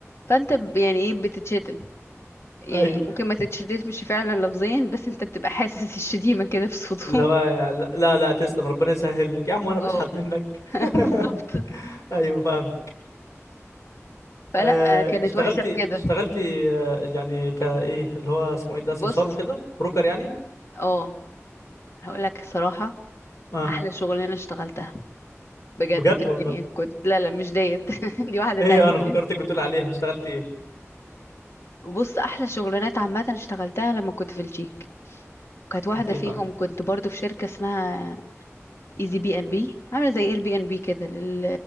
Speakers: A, on the left (about 55°); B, on the left (about 85°).
A: فانت ب- يعني ايه بتتشتم يعني
B: ايوه
A: ممكن ما تتشتمش فعلا لفظيا بس انت بتبقى حاسس الشتيمة كده في صوته
B: اللي هو لا لا لا، تسلم ربنا يسهل لك يا عم وانا بشحت
A: اه
B: منك
A: <laughs>
B: <laughs>
A: بالظبط
B: ايوه فاهمك
A: فلا
B: آه،
A: كانت
B: اشتغلتي
A: وحشة في كده
B: اشتغلتي آه، يعني كايه اللي هو اسمه ايه ده سمسار
A: بص
B: وكده بروكر يعني
A: اه هقول لك صراحة
B: اه
A: احلى شغلانة اشتغلتها بجد
B: بجد
A: في الدنيا
B: والله
A: كنت لا لا مش ديت <laughs> دي واحدة
B: <laughs> ايه
A: تانية
B: انا فكرتك بتقول عليها اشتغلتي ايه
A: بص احلى شغلانات عامه اشتغلتها لما كنت في الجيك كانت واحده
B: كانت ايه
A: فيهم
B: بقى
A: كنت برضو في شركه اسمها ايزي بي ان بي عامله زي اير بي ان بي كده لل...